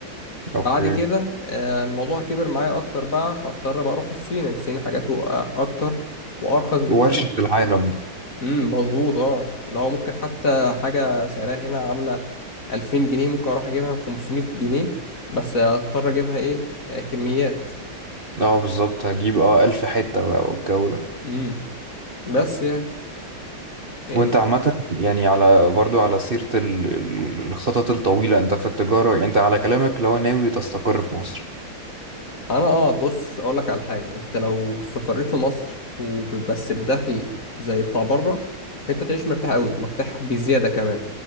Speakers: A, on the right; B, on the left.
A: اوكي
B: بعد كده آه، الموضوع كبر معايا اكتر بقى فاضطر بقى اروح الصين الصين حاجاته أ- اكتر وارخص بكتير
A: ورشة العالم
B: امم مظبوط اه لو ممكن حتى حاجه سعرها هنا عامله 2000 جنيه ممكن اروح اجيبها ب 500 جنيه بس اضطر اجيبها ايه آه، كميات
A: اه بالظبط هجيب اه ألف حتة بقى والجو ده
B: امم بس يعني يعني
A: وانت عامة يعني على برضو على سيرة ال- ال- الخطط الطويلة انت في التجارة يعني انت على كلامك لو ناوي تستقر في مصر
B: انا اه بص اقول لك على حاجه انت لو استقريت في مصر وبس بدخل زي بتاع بره فانت تعيش مرتاح قوي مرتاح بزياده كمان